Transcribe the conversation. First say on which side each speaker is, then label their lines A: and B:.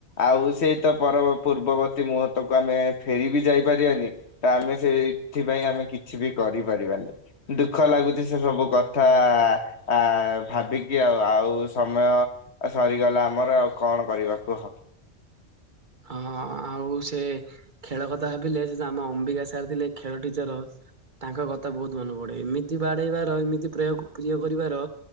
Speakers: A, on the left; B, on the right.
A: ଆଉ ସେଇ ତ ପର ପୂର୍ବବର୍ତୀ ମୁହୂର୍ତ୍ତକୁ ଆମେ ଫେର ବି ଯାଇପାରିବାନି। ତ ଆମେ ସେଇଥିପାଇଁ ଆମେ କିଛି ବି କରିପାରିବାନି। ଦୁଃଖ ଲାଗୁଛି ସେ ସବୁ କଥା। ଆ ଭାବିକି ଆଉ ଆଉ ସମୟ ଆଉ ସରିଗଲା ଆମର ଆଉ କଣ କରିବା କୁହ।
B: ହଁ ଆଉ ସେ ଖେଳ କଥା ଭାବିଲେ ସେ ଆମ ଅମ୍ବିକା ସାର୍ ଥିଲେ ଖେଳ ଟିଚର ତାଙ୍କ କଥା ବହୁତ ମନେ ପଡେ ଏମିତି ବାଡେଇବାର ଏମିତି ପ୍ରୟ ପ୍ରିୟ କରିବାର